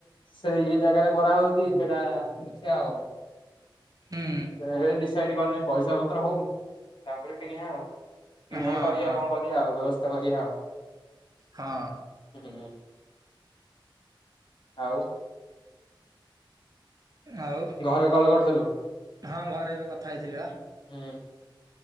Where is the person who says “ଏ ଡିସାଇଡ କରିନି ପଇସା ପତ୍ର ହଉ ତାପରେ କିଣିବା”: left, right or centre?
Left